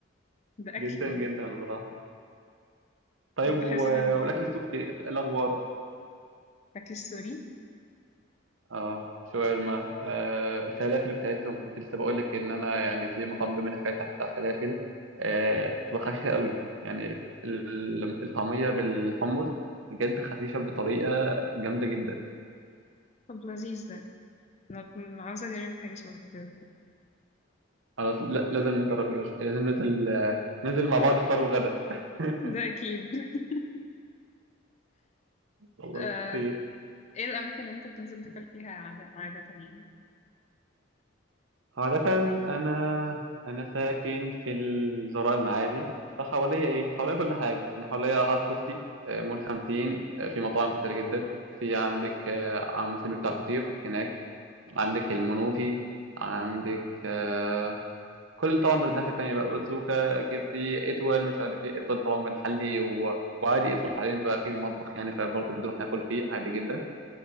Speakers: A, on the right; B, on the left.
A: <laughs>
B: بأكل
A: جدا
B: يعني
A: جدا بصراحة طيب
B: بحس
A: و...
B: إن
A: والأكل السوري إيه الأخبار؟
B: الأكل السوري
A: اه شاورما آه الفلافل بتاعتهم كنت لسه بقول لك إن أنا يعني في مطعم جنبنا فاتح بتاع فلافل آه بتبقى خفيفة قوي يعني ال- الطعمية بالحمص بجد خفيفة بطريقة جامدة جدا
B: طب لذيذ ده أنا ب- عاوزة أجرب حاجة شبه كده
A: خلاص لا- لازم نجرب يا باشا. لازم ننزل ننزل مع بعض فطار وغدا <laughs>
B: ده أكيد <laughs>
A: خلاص
B: آه،
A: خير.
B: إيه الأماكن اللي أنت بتنزل تاكل فيها عادة, عادة يعني
A: عادة أنا أنا ساكن في الزراء المعادي فحواليا إيه؟ حواليا كل حاجة يعني حواليا هاف 50 آه، مول 50 آه، في مطاعم كتير جدا في عندك آه، عم سمير بتاع الفطير هناك عندك المنوفي عندك آه، كل طبعا بالناحية التانية بقى أوزوكا كيف سي إتول مش عارف إيه إتول طبعا بنحلي و... وعادي إتول حاليا بقى فيه مطبخ يعني فبرضه بنروح ناكل فيه عادي جدا